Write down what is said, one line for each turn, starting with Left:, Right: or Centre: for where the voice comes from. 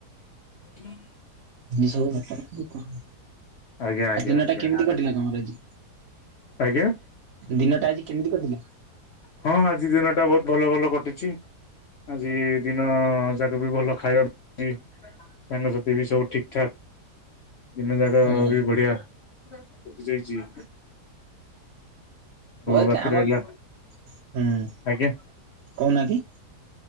Left: <unintelligible>
Right: ଏ ସବୁ <unintelligible> କଣ,
Left: ଆଜ୍ଞା ଆଜ୍ଞା
Right: ଆ ଦିନଟା
Left: ଆଜ୍ଞା
Right: କେମତି କଟିଲା ତମର ଆଜି?
Left: ଆଜ୍ଞା?
Right: ଦିନଟା ଆଜି କେମତି କଟିଲା?
Left: ହଁ, ଆଜି ଦିନଟା ବହୁତ ଭଲ ଭଲ କଟିଚି। ଆଜି ଦିନ ଯାକ ବି ଭଲ ଖାଇବା ପାଇଁ ସାଙ୍ଗସାଥି ବି ସବୁ ଠିକଠାକ୍ ଦିନଯାକ
Right: ହୁଁ
Left: ବି ବଢିଆ କଟିଯାଇଚି।
Right: ଭଏକ
Left: ବାକି
Right: ଆମର
Left: ରହିଲା
Right: ହୁଁ,
Left: ଆଜ୍ଞା
Right: କହୁନାହାଁନ୍ତି?